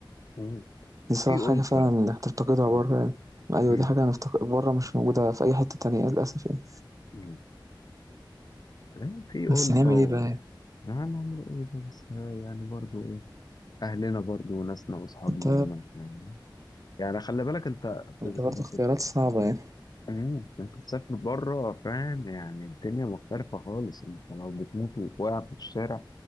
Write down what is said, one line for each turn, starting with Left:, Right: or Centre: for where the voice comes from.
Left: مم.
Right: دي صراحة
Left: في ألفة
Right: حاجة فعلا إنك تفتقدها
Left: مم.
Right: بره يعني أيوه
Left: مم.
Right: دي حاجة هنفتقد بره مش موجودة في أي حتة تانية للأسف يعني
Left: مم. يعني في ألفة
Right: بس نعمل
Left: و...
Right: إيه بقى يعني
Left: هنعمل إيه بقى؟ بس آه، يعني برضو إيه أهلنا برضو وناسنا وأصحابنا
Right: أنت
Left: هنا يعني يعني خلي بالك أنت
Right: أنت
Left: بت-
Right: برضه
Left: أنت
Right: اختيارات صعبة يعني
Left: مم. أنت تسافر بره فاهم يعني الدنيا مختلفة خالص أنت لو بتموت وواقع في الشارع